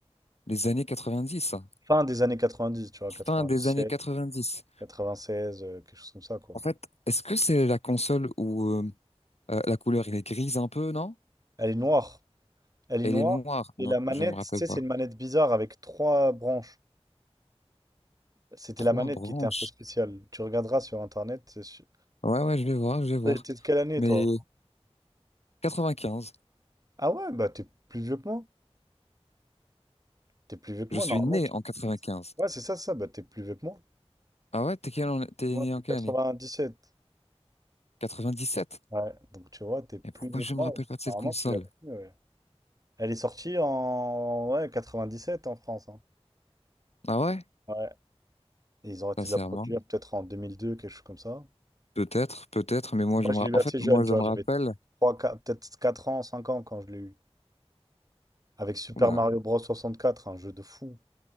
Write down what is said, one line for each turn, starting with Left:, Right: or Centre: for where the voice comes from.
Left: les années dix ça.
Right: Fin des années 90, tu vois, 97,
Left: Fin des années 90.
Right: 96, euh, quelque chose comme ça, quoi.
Left: En fait, est-ce que c'est la console où, euh, euh, la couleur, elle est grise un peu, non?
Right: Elle est noire. Elle est
Left: Elle
Right: noire.
Left: est noire. Non,
Right: Et la manette,
Left: je ne me rappelle
Right: tu sais,
Left: pas.
Right: c'est une manette bizarre avec trois branches. C'était
Left: Trois
Right: la manette
Left: branches.
Right: qui était un peu spéciale. Tu regarderas sur Internet. c'est sûr.
Left: Ouais, ouais, je vais voir, je vais voir.
Right: T'es t'es de quelle année,
Left: Mais
Right: toi?
Left: 95,
Right: Ah ouais, bah t'es plus vieux que moi. T'es plus vieux que
Left: je
Right: moi,
Left: suis
Right: normalement.
Left: né
Right: Tu...
Left: en 95.
Right: <laughs> Ouais, c'est ça, ça. Bah t'es plus vieux que moi.
Left: Ah ouais, t'es quelle an- t'es
Right: Moi,
Left: né
Right: je
Left: en quelle année?
Right: suis sept
Left: 97.
Right: Ouais, donc tu vois, t'es plus
Left: Et pourquoi
Right: vieux
Left: je
Right: que
Left: me
Right: moi.
Left: rappelle pas de cette
Right: Normalement,
Left: console?
Right: tu l'as plus, ouais. Elle est sortie en ouais, sept en France. hein.
Left: Ah ouais?
Right: Ouais. Et ils ont arrêté
Left: Sincèrement.
Right: de la produire peut-être en 2002, quelque chose comme ça.
Left: Peut-être, peut-être, mais moi
Right: Moi,
Left: je me
Right: je
Left: rappelle.
Right: l'ai eu
Left: En
Right: assez
Left: fait, moi
Right: jeune,
Left: je
Right: tu
Left: me
Right: vois. J'avais
Left: rappelle.
Right: 3 4 peut-être 4 ans, 5 ans quand je l'ai eu. Avec Super
Left: Oula.
Right: Mario Bros. 64, un jeu de fou.